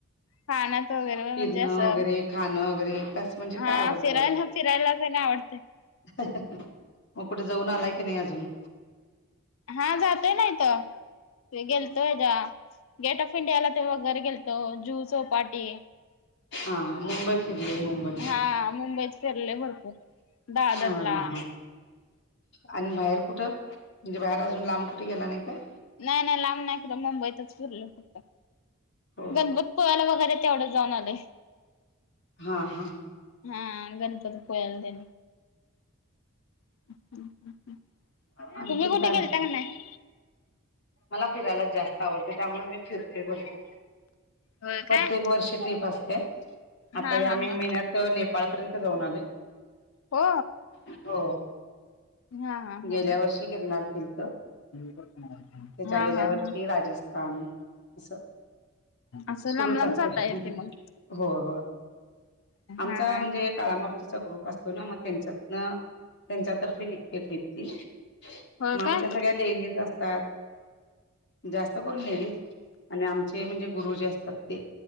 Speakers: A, on the left (about 70°); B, on the left (about 50°).
A: खाण्यात वगैरे
B: फिरणं
A: म्हणजे असं
B: वगैरे खाणं वगैरे कस म्हणजे
A: हा
B: काय आवडतं
A: फिरायला फिरायला परी आवडत. ते
B: मग कुठं जाऊन आलाय की नाही अजून?
A: हां जातोय ना इथं मी गेलतो <unintelligible> गेट ऑफ इंडियाला ते वगैरे गेलो तो जीव चौपाटी
B: हा मुंबई फिरले मुंबई
A: हां मुंबईत फिरलोय भरपूर दादरला.
B: हा हा हा आणि बाहेर कुठं? म्हणजे बाहेर अजून लांब कुठे गेला नाही काय?
A: नाही नाही लांब नाही कुठं मुंबईतच फिरलोय फक्त.
B: हो
A: गणपतीपुळ्याला वगैरे तेवढं जाऊन आलोय.
B: हा हा
A: हां गणपतीपुळ्याला तेन. <unintelligible>
B: अ आणखीन
A: तुम्ही कुठे
B: काय मग?
A: गेलता का नाही
B: मला फिरायला जास्त आवडतंय त्यामुळे मी फिरतोय भरपूर.
A: होय
B: प्रत्येक
A: काय
B: वर्षी ट्रिप असते. आत्ता
A: हा
B: या
A: हा
B: मे
A: हा
B: महिन्यात नेपाळपर्यंत जाऊन आले
A: हो?
B: हो.
A: हा हा हा
B: गेल्या वर्षी गिरनार केलंत त्याच्या
A: हा हा
B: गेल्या
A: हा
B: वर्षी
A: हा
B: राज स्थान असं.
A: असं
B: सुरूच
A: लांब लांब
B: असतंय
A: जाताय की मग
B: होय होय
A: हा
B: आमचा
A: हा
B: म्हणजे काळामारुतीचा ग्रुप असतो ना म त्यांच्यातन त्यांच्यातर्फे निघते ट्रिप ती.
A: हो
B: म आमच्या
A: काय
B: सगळ्या लेडीज असतात. जास्त करून लेडीज आणि आमचे म्हणजे गुरुजी असतात ते.